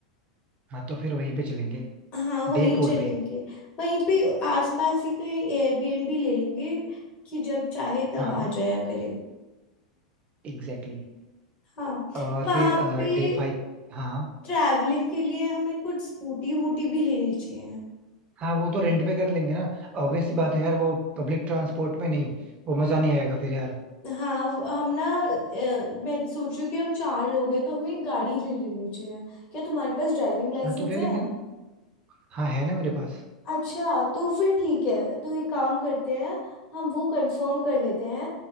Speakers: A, on the right; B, on the left.
A: हाँ तो फिर वहीं पे चलेंगे
B: हाँ वहीं
A: डे फोर
B: चलेंगे
A: पे
B: वहीं पे आसपास ही कहीं एयरबीएनबी ले लेंगे कि जब चाहे तब
A: हाँ
B: आ जाया करे
A: एग्जैक्टली exactly.
B: हाँ
A: और
B: वहाँ
A: फिर
B: पे
A: डे फाइव हाँ
B: ट्रैवलिंग के लिए हमें कुछ स्कूटी वूटी भी लेनी चाहिए
A: हाँ वो तो रेंट पे कर लेंगे ना ऑब्वियस सी बात है यार वो पब्लिक ट्रांसपोर्ट में नहीं वो मजा नहीं आएगा फिर यार
B: हाँ वो- हम ना अ, मैं सोच रही हूँ कि हम चार लोग हैं तो हमें एक गाड़ी ले लेनी चाहिए क्या तुम्हारे पास ड्राइविंग लाइसेंस
A: हाँ तो ले
B: है
A: लेंगे ना हाँ है ना मेरे पास
B: अच्छा तो फिर ठीक है तो एक काम करते हैं हम वो कंफर्म कर लेते हैं